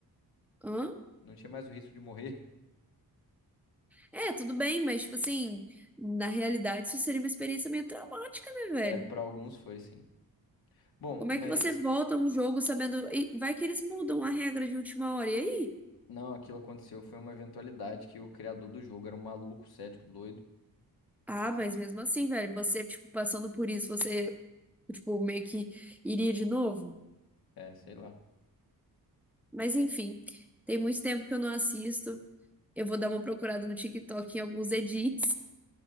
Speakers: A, in the centre; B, on the left.
A: Hã?
B: Não tinha mais o risco de morrer. <laughs>
A: É, tudo bem, mas, tipo assim, na realidade, isso seria uma experiência meio traumática, né, velho?
B: É, para alguns foi sim. Bom,
A: Como é
B: mas
A: que você volta a um jogo sabendo. E vai que eles mudam a regra de última hora, e aí?
B: não, aquilo aconteceu foi uma eventualidade que o criador do jogo era um maluco, cético, doido
A: Ah,
B: que
A: mas mesmo assim, velho, você, tipo, passando por isso, você, tipo, meio que iria de novo?
B: É, sei lá.
A: Mas enfim, tem muito tempo que eu não assisto. Eu vou dar uma procurada no TikTok em alguns edits,